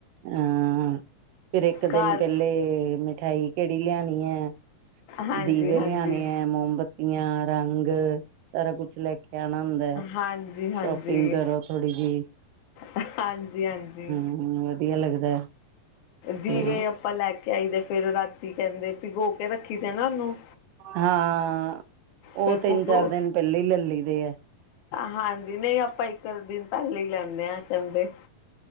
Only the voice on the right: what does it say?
ਹਾਂ, ਫੇਰ ਇੱਕ ਦਿਨ
ਪਹਿਲੇ ਮਿਠਾਈ ਕੇੜੀ ਲਿਆਣੀ ਹੈ,
ਦੀਵੇ
ਲਿਆਣੇ ਹੈ, ਮੋਮਬੱਤ ਤੀਆਂ, ਰੰਗ ਸਾਰਾ ਕੁਛ ਲੈ ਕੇ ਜਾਣਾ ਹੁੰਦੈ,
ਸ਼ੋਪਿੰਗ ਕਰੋ ਥੋੜੀ ਜਿਹੀ
ਹਮ ਵਧੀਆ ਲੱਗਦਾ
ਤੇ
ਹਾਂ
ਉਹ ਤਿੰਨ
ਚਾਰ ਦਿਨ ਪੈਲੇ ਹੀ ਲੈਲੀ ਦੇ ਆ